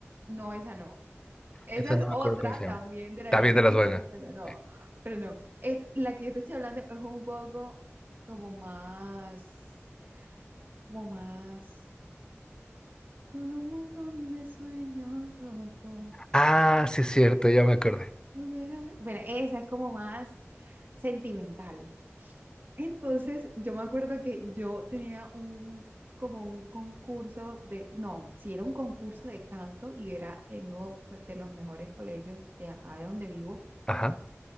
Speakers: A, on the right; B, on the left.
A: No, esa no. Esa
B: Esa
A: es
B: no me
A: otra
B: acuerdo cómo se
A: también
B: llama.
A: de la
B: Está
A: quinta
B: bien de las
A: estación,
B: buenas.
A: pero no,
B: Sí.
A: pero no. Es, la que yo te estoy hablando es un poco como más, como más, con un montón de sueños rotos.
B: Ah, sí es cierto, ya me acordé.
A: Volver a ver. Bueno, esa es como más sentimental. Entonces, yo me acuerdo que yo tenía un, como un concurso de, no, si era un concurso de canto y era en uno pues, de los mejores colegios de acá de donde vivo.
B: Ajá.